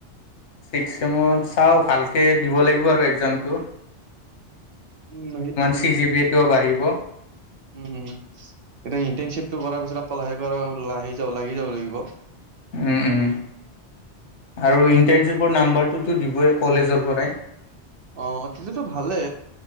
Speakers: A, on the left (about 80°); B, on the right (about 60°).
A: ছিক্স চেমত চাওঁ ভালকে দিব লাগিব আৰু একজামটো
B: উম সেইটোৱে
A: চি জি বি এটোও বাঢ়িব
B: উম এতিয়া ইণ্টাৰ্নচিপ টো কৰাৰ পিছত আক লাহেকৈ লাহি যাব লাগি যাব লাগিব
A: উম উম আৰু ইণ্টাৰ্ণশ্বিপৰ নাম্বাৰটোতো দিবই কলেজৰ পৰাই
B: অ দিলেতো ভালে